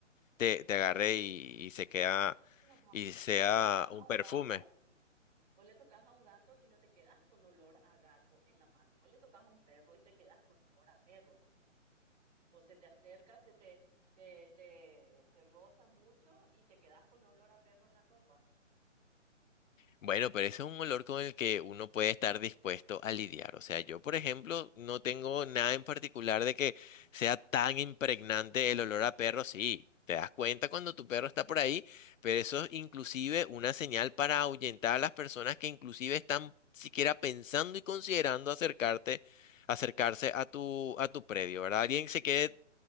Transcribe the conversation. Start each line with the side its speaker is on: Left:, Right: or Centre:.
Left: te, te agarre y, y se queda
Right: Bueno, pero
Left: y sea
Right: Vos le tocas
Left: un
Right: a un
Left: perfume.
Right: gato y Vos le tocas a un gato y no te quedas con olor a gato en la mano. Vos le tocas a un perro y te quedas con olor a perro. ¿no? O se te acerca, se te, te, te, te roza mucho y te quedas con olor a perro en la ropa.
Left: Bueno, pero ese es un olor con el que uno puede estar dispuesto a lidiar. O sea, yo, por ejemplo, no tengo nada en particular de que sea tan impregnante el olor a perro. Sí, te das cuenta cuando tu perro está por ahí, pero eso es inclusive una señal para ahuyentar a las personas que inclusive están siquiera pensando y considerando acercarte, acercarse a tu, a tu predio, ¿verdad? Alguien se quiere